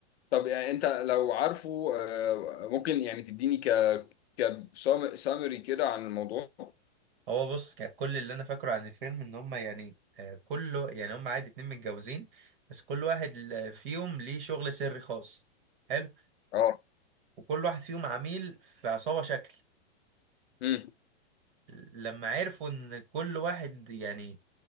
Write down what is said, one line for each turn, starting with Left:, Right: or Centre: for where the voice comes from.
Left: طب يعني انت لو عارفه آه، ممكن يعني تديني ك كسامري كده عن الموضوع
Right: هو بص كان كل اللي انا فاكره عن الفيلم ان هم يعني آه، كله يعني هم عادي اتنين متجوزين بس كل واحد ل- فيهم ليه شغل سري خاص حلو
Left: اه
Right: وكل واحد فيهم عميل في عصابة شكل
Left: امم
Right: لما عرفوا ان كل واحد يعني